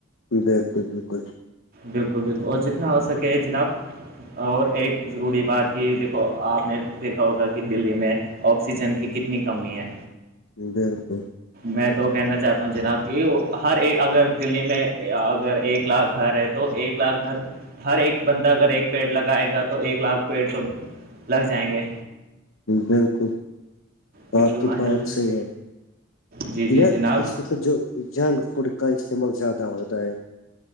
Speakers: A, on the left; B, on the right.
A: بالکل بالکل
B: بالکل بالکل اور جتنا ہو سکے جناب اور ایک ضروری بات کہ دیکھو آپ نے دیکھا ہوگا کہ دلی میں آکسیجن کی کتنی کمی ہے
A: بالکل
B: میں تو کہنا چاہتا ہوں جناب کہ ہر ایک اگر دلی میں اگر ایک لاکھ گھر ہے تو تو ایک لاکھ گھر ہر ایک بندہ اگر ایک پیڑ لگائے گا تو ایک لاکھ پیڑ تو لگ جائیں گے
A: بالکل
B: بالکل
A: آپ کی
B: ماشاء
A: بات
B: اللہ
A: صحی ہے
B: جی جی
A: لیا
B: جناب
A: اس وقت جو جنک فوڈ کا استعمال زیادہ ہوتا ہے